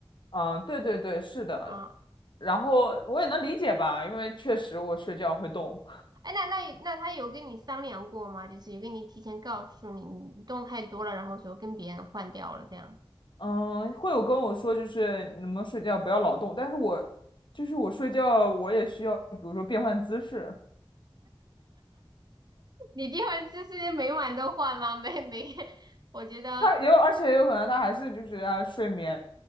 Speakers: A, on the left (about 60°); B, on the right (about 45°).
A: 嗯，对对对，是的，
B: 啊，
A: 然后我也能理解吧，因为确实我睡觉会动，
B: 哎，那那那他有跟你商量过吗？就是有跟你提前告诉你你动太多了，然后说跟别人换掉了这样。
A: 嗯，会有跟我说就是你们睡觉不要老动，但是我就是我睡觉我也需要，比如说变换姿势，
B: 你这会儿就是每晚都换吗？没没，<laughs> 我觉得
A: 他也有，而且也有可能他还是就是啊睡眠